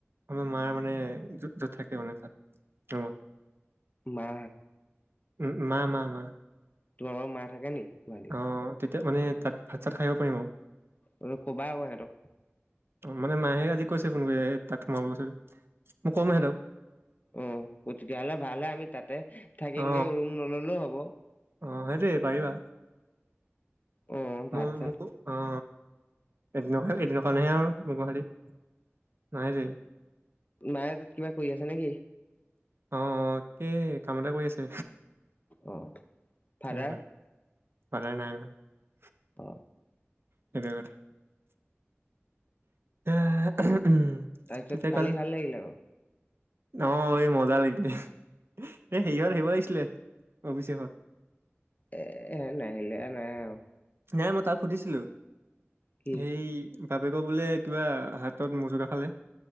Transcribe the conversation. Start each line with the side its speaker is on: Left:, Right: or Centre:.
Right: আমাৰ মাৰ মানে যত থাকে মানে তাত, ‌ ৰুমত।
Left: মা!
Right: উম উম, মা মা মা।
Left: তোমালোকৰ মা থাকে নি? গুৱাহাটীত
Right: অ' তেতিয়া মানে তাত ভাত চাত খাই আহিব পাৰিম আৰু।
Left: অ' কবা আকৌ সিহঁতক।
Right: অ' মানে মা হে আজি কৈছে ফোন কৰি তাত সোমাব কৈছে। মই কম সিহঁতক।
Left: অহ অ তেতিয়াহলে ভাল হে আমি তাতে থাকিমগে
Right: অ
Left: ৰুম নল'লেও হ'ব।
Right: অ' সেইটোৱে পাৰিবা
Left: অ ভাত
Right: মই
Left: চাত
Right: মোকো অ' এদিনৰ - এদিনৰ কাৰনেহে আৰু গুৱাহাটী, অ' সেইটোৱে।
Left: মায়ে তাত কিবা কৰি আছে নেকি?
Right: অঁ' 'অঁ' কে কাম এটা কৰি আছে।
Left: অ'। ফাদাৰ
Right: তেনেকুৱা <unintelligible>
Left: অ
Right: সেইটো কথা। <unintelligible>
Left: তাৰপিছত
Right: তেতিয়া
Left: কালি
Right: কাল
Left: ভাল লাগিল আকৌ।
Right: অ' এই মজা লাগিলে, এ হেৰিহঁত আহিব লাগিছিলে। অভিষেকহঁত
Left: এ নাহিলে নাই আৰু।
Right: নাই মই তাক সুধিছিলো
Left: কি
Right: সেই বাপেকৰ বোলে কিবা হাতত মোচকা খালে।